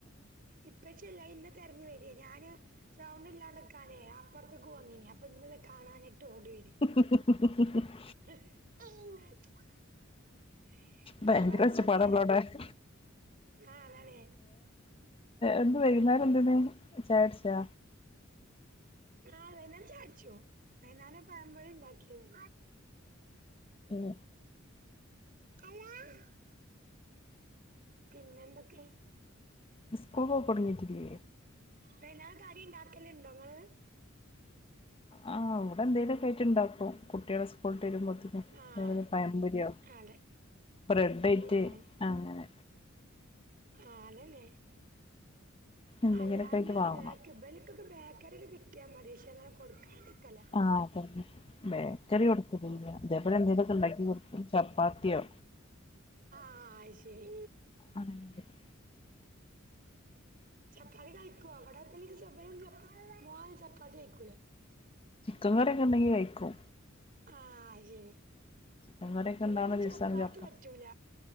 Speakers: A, on the right; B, on the left.
A: ഇപ്പച്ചി അല്ല അത് എന്നെ തിരഞ്ഞു വരേണ് ഞാന് സൗണ്ട് ഇല്ലാണ്ടെ നിക്കാൻ അപ്പുറത്തേക്ക് പോന്നീന് അപ്പൊ എന്നെ കാണാനിട്ട് ഓടി വരാണ്
B: !!!!!!!!!!
A: !!!!!!!!!! പിന്നെ
B: ഭയങ്കര
A: വേറേ
B: ഒച്ചപ്പാടാണല്ലോ
A: എന്തൊക്കെയാ
B: അവടെ
A: ആഹ് അതാണ്
B: ഇന്ന് വൈകുന്നേരം എന്തെന് ചായ കുടിച്ചോ
A: ആഹ വൈകുന്നേരം ചായ കുടിച്ചു വൈകുന്നേരം പഴം പൊരി ഉണ്ടാക്കീന്
B: ഉം
A: ഹലോ പിന്നെ എന്തൊക്കെ
B: സ്കൂൾക്ക് പോക്ക് തൊടങ്ങിയിട്ടില്ലേ
A: വൈകുന്നേരം കടി ഉണ്ടാക്കൽ ഉണ്ടോ ഇങ്ങള്
B: ആ ഇവിടെ എന്തെങ്കിലും ഒക്കെ ആയിട്ട് ഉണ്ടാക്കും കുട്ടികൾ സ്കൂൾ വിട്ട് വരുമ്പോ
A: ആഹ്
B: ൾത്തിന് പഴം പൊരിയോ
A: അതെ
B: ബ്രെഡ്‌ ഏറ്റ്
A: ഉം
B: അങ്ങനെ
A: ആ അതന്നെ
B: എന്തെങ്കിലൊക്കെ
A: അല്ലാണ്ട്
B: ആയിട്ട് വാങ്ങണം
A: ബേക്ക് ഇവർക്കൊക്കെ ബേക്കറി ഒക്കെ കിട്ടിയാൽ മതി പക്ഷേ അങ്ങനെ കൊടുക്കാണ്ടിരിക്കല
B: ആ അ തെ ബേക്കറി കൊടുക്കലില്ല ഇതേപോലെ എന്തെങ്കലുമൊക്കെ ഉണ്ടാക്കി കൊടുക്കും ചപ്പാത്തിയോ
A: ആ അത് ശരി
B: അങ്ങനെ എന്തേലും
A: ചപ്പാത്തി കഴിക്കുവ വടപ്പള്ളിക്ക് ചപ്പ മോ ചപ്പാത്തി കഴിക്കൂല
B: കാലൊക്കെ ഉണ്ടെങ്കിൽ കഴിക്കും
A: ആഹ് ശരി
B: ചിക്കൻ കറിയൊക്കെ
A: ഇവന്
B: ഇണ്ടാവണ ദിവസാണ്
A: ചപ്പാത്തി
B: ചപ്പാ
A: പറ്റൂല